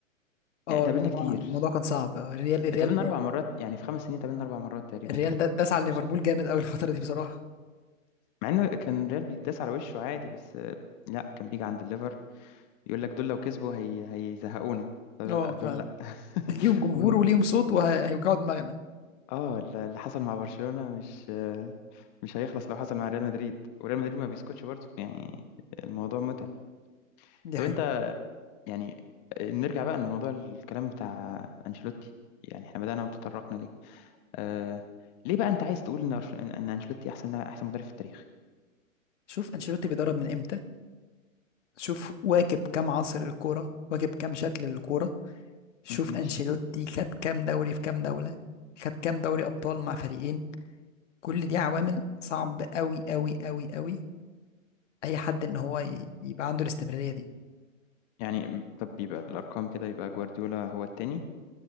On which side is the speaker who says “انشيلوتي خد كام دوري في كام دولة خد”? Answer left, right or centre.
Left